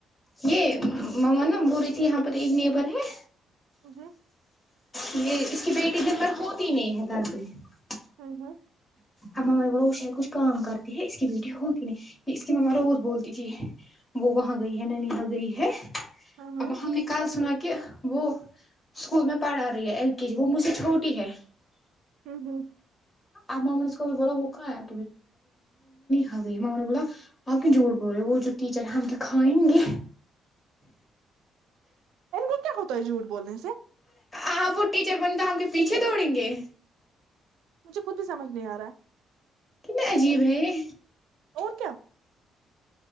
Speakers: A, on the left; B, on the right.
A: یہ مما نا ب رہی تھی یہاں پر ایک نیبر ہے <unintelligible>
B: ا ہو <inaudible>
A: یہ اس کی بیٹی دن بھر ہوتی نہیں ہے گھر میں <unintelligible>
B: ہوں ہاں <inaudible>
A: اب ماما نے بولا وہ شاید کچھ کام کرتی ہے اس کی بیٹی ہوتی نہیں کہ اس کی ماما روز بولتی تھی وہ وہاں گئی ہے نن یہاں گئی ہے <unintelligible>
B: ہوں
A: اب ہم نے کال سنا کہ <unintelligible> کہ وہ اسکول میں پڑھا رہی ہے ایل کے جی وہ مجھ سے چھوٹی ہے <unintelligible>
B: ہوں ہوں
A: آب ہم با وہوکھا ہےا ہم نے بولا آپ کی جڑ بول رہے وہ جو ٹیچر ہے ہم تو کھائیں گے
B: انمت کیا ہووہ جیٹھ بولے سے
A: آ وہ ٹیچر بنے تو ہم کے پیچھے دوڑیں گے
B: مجھے خود بھی سمجھ نہیں آ رہا ہے
A: کنا عجیب ہے یہ
B: ہے اور کیا